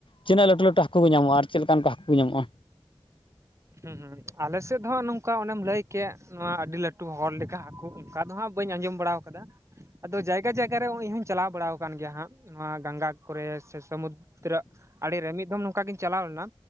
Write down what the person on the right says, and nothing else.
ᱦᱩᱸ ᱟᱞᱮᱥᱮᱫ ᱫᱚ ᱦᱟᱜ ᱱᱚᱝᱠᱟ ᱚᱱᱮᱢ ᱞᱟᱹᱭ ᱠᱮᱜ ᱱᱚᱣᱟ ᱟᱹᱰᱤ ᱞᱟᱹᱴᱩ ᱦᱚᱲ ᱞᱮᱠᱟ ᱦᱟᱠᱩ ᱚᱱᱠᱟ ᱫᱚ ᱦᱟᱸᱜ ᱵᱟᱹᱧ ᱟᱸᱡᱚᱢ ᱵᱟᱲᱟᱣ ᱟᱠᱟᱫᱟ ᱾ ᱟᱫᱚ ᱡᱟᱭᱜᱟ ᱡᱟᱭᱜᱟ ᱨᱮ ᱤᱧ ᱦᱩᱧ ᱪᱟᱞᱟᱣ ᱵᱟᱲᱟᱣ ᱠᱟᱱ ᱜᱮᱭᱟ ᱦᱟᱸᱜ ᱱᱚᱣᱟ ᱜᱟᱝᱜᱟ ᱠᱚ ᱨᱮ ᱥᱮ ᱥᱟᱹᱢᱩᱫᱽᱫᱨᱟᱹ ᱟᱲᱮ‌ ᱨᱮ ᱢᱤᱫ ᱫᱷᱚᱢ ᱱᱚᱝᱠᱟ ᱜᱤᱧ ᱪᱟᱞᱟᱣ ᱞᱮᱱᱟ